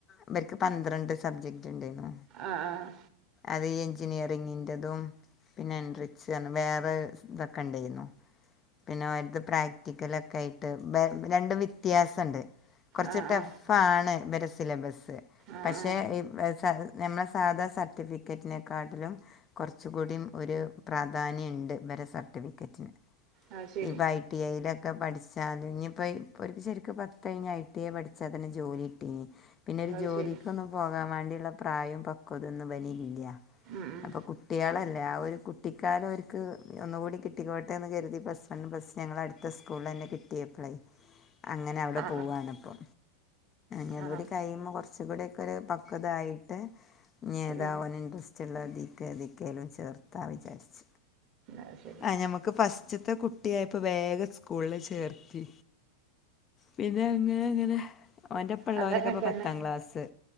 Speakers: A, on the left (about 25°); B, on the right (about 35°).
A: ഇവര്ക്ക് പന്ത്രണ്ട് സബ്ജക്ട് ഇണ്ടായ്ന്നു
B: ആ ആ
A: അതീ എൻചിനീയറിങ്ങിന്റതും പിന്നെ എൻട്രക്സ് വേറെ തൊക്കെ ണ്ടയ്ന്നു പിന്നെ ഓലത് പ്രാക്ടിക്കലൊക്കെ ആയിട്ട് വെ രണ്ടും വ്യത്യാസണ്ട് കൊറച്ച്
B: ആ ആ
A: ടഫാണ് ഇവരെ സിലബസ്സ്
B: ആ ആ
A: പക്ഷേ
B: ആ
A: ഇ സ നമ്മളെ സാധാ സർട്ടിഫിക്കറ്റിനെക്കാട്ടിലും കൊറച്ചുകൂടീം ഒരു പ്രാധാന്യണ്ട് ബരെ സർട്ടിഫിക്കറ്റിന്
B: അത് ശരി
A: ഇവാ ഐ ടി ഐയിലൊക്കെ പഠിച്ചാല് ഇഞ്ഞിപ്പോ ഓല്ക്ക് ശെരിക്ക് പത്ത് കഴിഞ്ഞ ഐ ടി ഐ പഠിച്ചാ തന്നെ ജോലി കിട്ടീന്ന് പിന്നെ രു
B: അത്
A: ജോലിക്കൊന്നും
B: ശരി
A: പോകാൻ വണ്ടിള്ള പ്രായോം പക്വതേം ന്നും ഇവനില്ലാ
B: ഉം ഉം
A: അപ്പൊക്കു ട്ടൃളെല്ലേ ആ ഒരു കുട്ടിക്കാലം ഓര്ക്ക് ഒന്നുകൂടി കിട്ടിക്കോട്ടെന്ന് കരുതി. അന്ന് സൻ ബസ്സ്ഞങ്ങള അടുത്ത സ്കൂൾളെന്നെ കിട്ടിയപ്പ്ളേ. അങ്ങനെ അവിടെ
B: ആ
A: പോവാണ്പ്പേ ഞ
B: ആ
A: തൂഴിയുബേ കെർ കെർച്ചുംകൂടിയൊക്കെരു പക്വതാ യിട്ട് ഇനി യെതാവന്
B: ഉം
A: ഇൻട്രസ്റ്റ്. റ്റുള്ളദീക്കെ ദീക്കെങ്കിലും ചേർത്താ വിചാരിച്ച്.
B: അത് ശരി
A: ആ ഞമ്മക്ക് ഫസ് റ്റ്ത്തെ കുട്ടിയായപ്പോ വേഗം സ്കൂൾല് ചേർത്തി. പിന്നെങ്ങെ ങ്ങനെ ഓന്റെപ്പള്ളേരൊക്കെ
B: അതങ്ങനെ
A: ഇപ്പേ പത്താം
B: തന്നെ
A: ക്ലാസ്സ്.